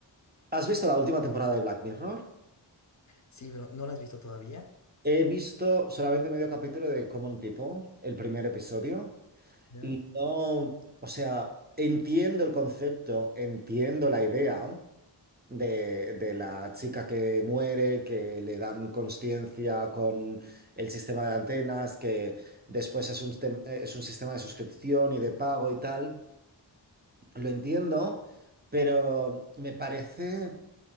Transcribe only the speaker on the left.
Sí, pero ¿no la has visto todavía?
¿Ya?